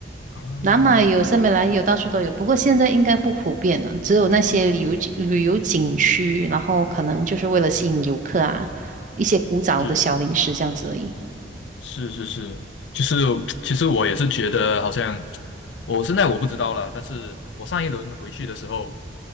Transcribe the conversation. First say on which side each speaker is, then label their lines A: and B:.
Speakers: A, on the left (about 75°); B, on the right (about 40°).
A: 啊，
B: 南马有，
A: 明白。
B: 森美兰有，到处都有。不过现在应该不普遍了，只有那些旅游景旅游景区，然后可能就是为了吸引游客啊，一些古早的小零食这样子而已。
A: 是是是是，就是其实我也是觉得好像我现在我不知道了，但是我上一轮回去的时候，